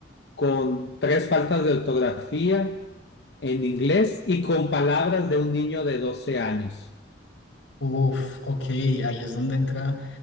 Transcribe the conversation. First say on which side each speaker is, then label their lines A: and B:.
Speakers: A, on the left; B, on the left.
A: con tres faltas de ortografía, en inglés y con palabras de un niño de 12 años.
B: uf, ok, ahí es donde entra